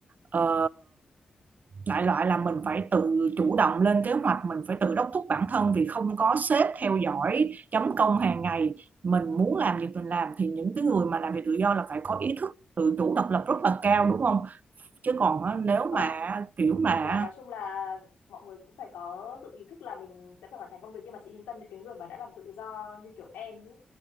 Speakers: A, on the right (about 55°); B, on the left (about 85°).
A: ờ, đại loại là mình phải tự chủ động lên kế hoạch mình phải tự đốc thúc bản thân vì không có sếp theo dõi chấm công hàng ngày mình muốn làm gì mình làm thì những cái người mà làm việc tự do là phải có ý thức tự chủ độc lập rất là cao đúng không chứ còn
B: Ừ,
A: nếu
B: Vâng,
A: mà kiểu
B: đúng
A: mà
B: rồi chị ạ. Nói chung là mọi người cũng phải có tự ý thức là mình sẽ phải hoàn thành công việc nhưng mà chị yên tâm những cái người mà đã làm tự do như kiểu em ấy